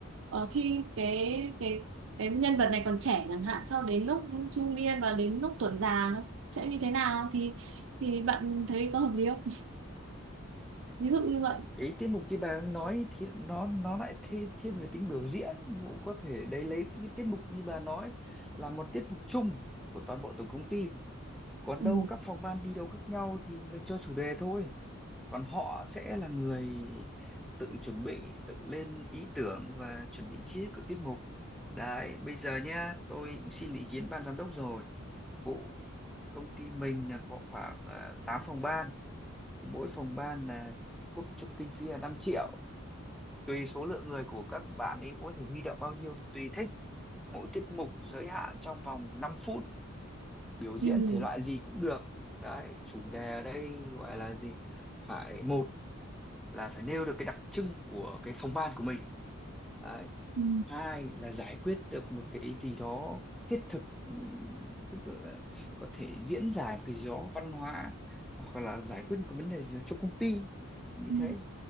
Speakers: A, on the right (about 65°); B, in the centre.
A: ờ, khi cái cái cái nhân vật này còn trẻ chẳng hạn sau đến lúc trung niên và đến lúc tuổi già nó sẽ như thế nào thì thì bạn thấy có hợp lý không ví dụ như vậy
B: cái tiết mục kia bà đang nói thì nó nó lại thi, thiên về tính biểu diễn vụ có thể đấy lấy cái tiết mục như bà nói là một tiết mục chung của toàn bộ tổng công ty còn
A: ừ.
B: đâu các phòng ban thi đấu khác nhau thì mình cho chủ đề thôi còn họ sẽ là người tự chuẩn bị tự lên ý tưởng và chuẩn bị chi tiết của tiết mục đấy bây giờ nhá tôi cũng xin ý kiến ban giám đốc rồi vụ công ty mình là có khoảng uh, 8 phòng ban thì mỗi phòng ban là quốc cho kinh phí là năm triệu tùy số lượng người của các bạn ấy có thể huy động bao nhiêu thì tùy thích mỗi tiết mục giới hạn trong vòng năm phút biểu diễn
A: Ừ.
B: thể loại gì cũng được đấy chủ đề ở đây gọi là gì phải một là phải nêu được cái đặc trưng của cái phòng ban của mình đấy.
A: Ừ.
B: hai là giải quyết được một cái gì đó thiết thực ừm, tức là có thể diễn giải một cái gì đó văn hóa hoặc là giải quyết một cái vấn đề gì đó cho công ty như
A: Ừ.
B: thế